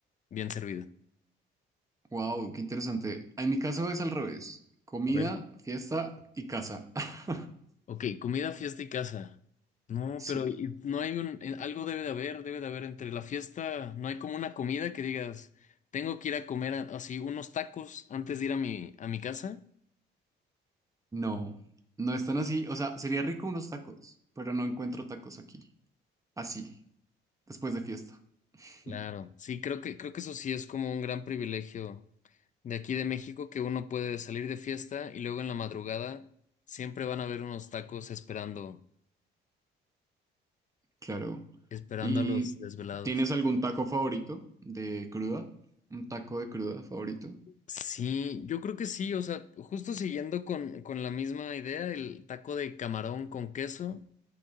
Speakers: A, on the left (about 40°); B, on the right (about 15°).
A: bien servida.
B: Wow, qué interesante. En mi caso es al revés. Comida,
A: A ver.
B: fiesta y casa. <laughs>
A: Ok, comida, fiesta y casa. No,
B: Sí,
A: pero y- no hay un, eh, algo debe de haber, debe de haber entre la fiesta, no hay como una comida que digas, tengo que ir a comer a- así unos tacos antes de ir a mi, a mi casa.
B: no, no están así. O sea, sería rico unos tacos, pero no encuentro tacos aquí. Así, después de fiesta. <laughs>
A: Claro, sí, creo que, creo que eso sí es como un gran privilegio de aquí de México, que uno puede salir de fiesta y luego en la madrugada siempre van a haber unos tacos esperando,
B: Claro.
A: esperando
B: ¿Y
A: a los desvelados.
B: tienes algún taco favorito de cruda? ¿Un taco de cruda favorito?
A: Sí, yo creo que sí, o sea, justo siguiendo con, con la misma idea, el taco de camarón con queso